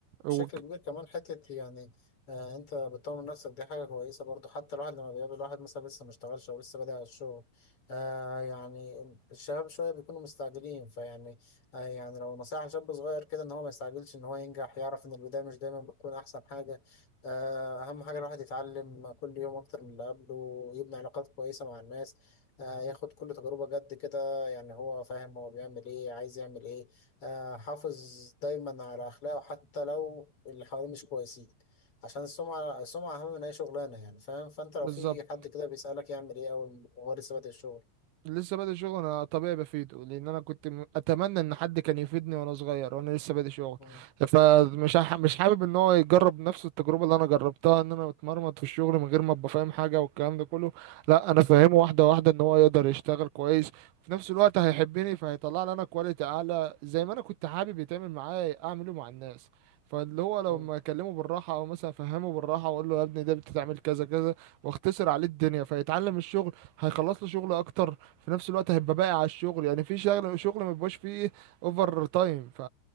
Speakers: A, on the right; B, on the left.
A: وك-
B: بشكل كبير كمان حتة يعني آه انت بتطور نفسك دي حاجة كويسة برضو حتى الواحد لما بيقابل واحد مثلا لسه ما اشتغلش او لسه بادئ على الشغل آه يعني الشباب شوية بيكونوا مستعجلين فيعني آه يعني لو نصيحة شاب صغير كده ان هو ما يستعجلش ان هو ينجح يعرف ان البداية مش دايما بتكون احسن حاجة آه اهم حاجة الواحد يتعلم كل يوم اكتر من اللي قبله يبني علاقات كويسة مع الناس آه ياخد كل تجربة جد كده يعني هو فاهم هو بيعمل ايه عايز يعمل ايه آه، حافظ دايما على أخلاقه حتى لو اللي حواليه مش كويسين عشان السمعة السمعة أهم من أي شغلانة يعني فاهم فأنت لو
A: بالظبط
B: في حد كده بيسألك يعمل إيه أول وهو لسه بادئ الشغل
A: لسه بادئ شغل انا طبيعي بفيده لان انا كنت م- اتمنى ان حد كان يفيدني وانا صغير وانا لسه بادئ شغل
B: مم.
A: فمش ح- مش حابب ان هو يجرب نفس التجربه اللي انا جربتها ان انا اتمرمط في الشغل من غير ما ابقى فاهم حاجه والكلام ده كله لا انا فاهمه واحده واحده ان هو يقدر يشتغل كويس وفي نفس الوقت هيحبني فهيطلع لي انا كواليتي اعلى زي ما انا كنت حابب يتعمل معايا اعمله مع الناس فاللي هو لما
B: مم.
A: اكلمه بالراحه او مثلا افهمه بالراحه واقول له يا ابني ده بتتعمل كذا كذا واختصر عليه الدنيا فيتعلم الشغل هيخلص له شغل اكتر في نفس الوقت هيبقى باقي على الشغل يعني في شغل شغل ما بيبقاش فيه اوفر تايم ف...